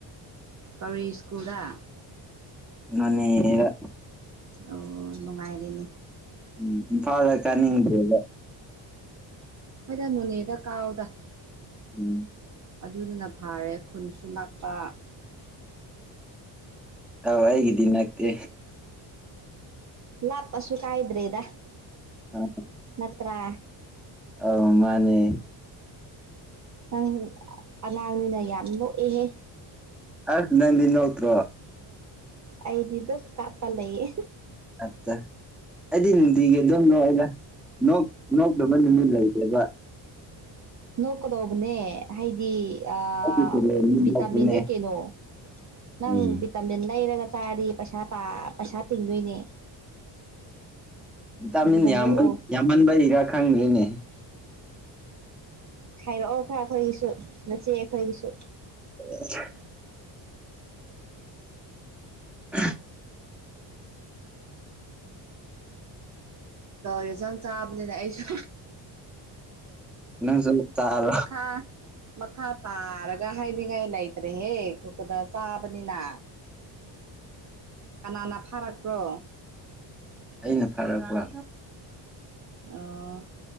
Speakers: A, on the right; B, in the centre.
A: ꯀꯔꯤ ꯁꯀꯨ꯭ꯜꯗ
B: ꯅꯣꯅꯦꯗ
A: ꯑꯣ ꯅꯨꯡꯉꯥꯏꯔꯤꯅꯦ
B: ꯎꯝ ꯏꯝꯐꯥꯜꯗ ꯀꯥꯅꯤꯡꯗꯦꯕ
A: ꯍꯣꯏꯗꯥ ꯅꯣꯅꯦꯗ ꯀꯥꯥꯎꯗ
B: ꯎꯝ
A: ꯑꯗꯨꯗꯨꯅ ꯐꯥꯔꯦ ꯈꯨꯟꯁꯨ ꯅꯛꯄ
B: ꯗꯣ ꯑꯩꯒꯤꯗꯤ ꯅꯛꯇꯦ
A: ꯂꯥꯞꯄꯁꯨ ꯀꯥꯏꯗ꯭ꯔꯦꯗ
B: <unintelligible>
A: ꯅꯠꯇ꯭ꯔꯥ
B: ꯑꯧ ꯃꯥꯅꯦ
A: ꯅꯪ ꯑꯉꯥꯡꯅꯤꯅ ꯌꯥꯝ ꯂꯣꯛꯑꯦꯍꯦ
B: ꯑꯁ ꯅꯪꯗꯤ ꯅꯣꯛꯇ꯭ꯔꯣ
A: ꯑꯩꯗꯤ ꯗꯨꯝ ꯀꯥꯞꯄ ꯂꯩꯌꯦ
B: <unintelligible> ꯑꯩꯗꯤ ꯅꯨꯡꯇꯤꯒꯤ ꯑꯗꯨꯝ ꯅꯣꯛꯑꯦꯗ ꯅꯣꯛ ꯅꯣꯛꯇꯕ ꯅꯨꯃꯤꯠ ꯂꯩꯇꯦꯕ
A: ꯅꯣꯛꯀꯥꯗꯧꯕꯅꯦ ꯍꯥꯏꯗꯤ ꯑꯥ
B: ꯑꯩꯒꯤ ꯇꯦꯂꯦꯟꯅꯤ
A: ꯚꯤꯇꯥꯃꯤꯟꯅꯦ
B: ꯅꯣꯛꯄꯅꯦ
A: ꯀꯩꯅꯣ ꯅꯪ
B: ꯎꯝ
A: ꯇꯥꯃꯤꯟ ꯂꯩꯔꯒ ꯆꯥꯗꯤ ꯄꯩꯁꯥ ꯇꯥ ꯄꯩꯁꯥ ꯇꯤꯡꯗꯣꯏꯅꯦ
B: ꯚꯤꯇꯥꯃꯤꯟ
A: ꯑꯗꯨꯅ ꯅꯣꯛꯑꯣ
B: ꯌꯥꯝꯕ ꯌꯥꯝꯃꯟꯕꯩꯔꯥ ꯈꯪꯗꯦꯅꯦ
A: ꯈꯥꯏꯔꯛꯑꯣ ꯈꯔ ꯑꯩꯈꯣꯏꯒꯤꯁꯨ ꯅꯆꯦ ꯑꯩꯈꯣꯏꯒꯤꯁꯨ
B: <inaudible> <unintelligible>
A: <inaudible> ꯌꯦꯟꯁꯥꯡ ꯆꯥꯕꯅꯤꯅ ꯑꯁꯨ
B: ꯅꯪꯁꯨ <unintelligible> ꯇꯥꯔꯣ
A: ꯃꯈꯥ ꯃꯈꯥ ꯇꯥꯔꯒ ꯍꯥꯏꯅꯤꯡꯉꯥꯏ ꯂꯩꯇ꯭ꯔꯦꯍꯦ ꯈꯨꯀꯗ ꯆꯥꯕꯅꯤꯅ ꯀꯅꯥꯅ ꯐꯥꯔꯛꯄ꯭ꯔꯣ
B: ꯑꯩꯅ ꯐꯥꯔꯛꯄ
A: ꯑꯣ